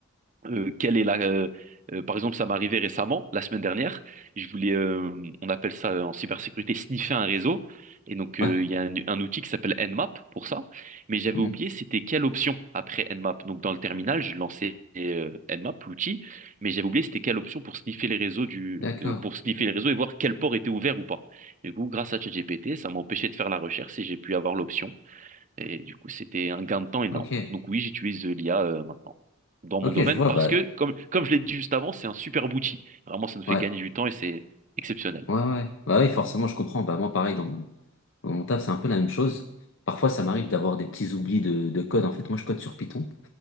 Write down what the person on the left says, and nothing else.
Ouais.
Mhm.
D'accord.
Ok.
Ok,
je vois.
Bah,
ouais.
Ouais, ouais. ouais. Bah oui, forcément, je comprends. Bah, moi, pareil, dans mon, dans mon taf, c'est un peu la même chose. Parfois, ça m'arrive d'avoir des petits oublis de, de code. En fait, moi, je code sur Python.